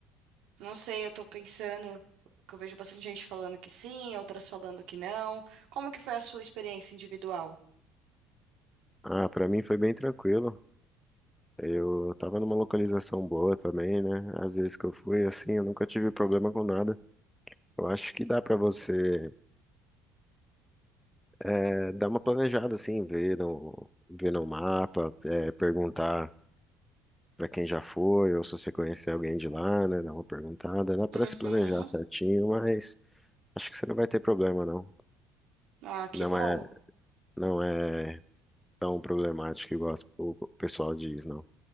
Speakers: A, on the right; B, in the centre.
A: Não sei, eu tô pensando. Que eu vejo bastante gente falando que sim, outras falando que não. Como que foi a sua experiência individual?
B: Ah, pra mim foi bem tranquilo. Eu tava numa localização boa também, né? Às vezes que eu fui, assim, eu nunca tive problema com nada. Eu acho que dá pra você é, dar uma planejada, assim, ver no, ver no mapa, é, perguntar pra quem já foi, ou se você conhecer alguém de lá, né? Dar uma perguntada. Dá pra
A: Uhum.
B: se planejar certinho, mas acho que você não vai ter problema, não.
A: Ah, que
B: Não
A: bom.
B: é, não é tão problemático igual as- o o pessoal diz, não.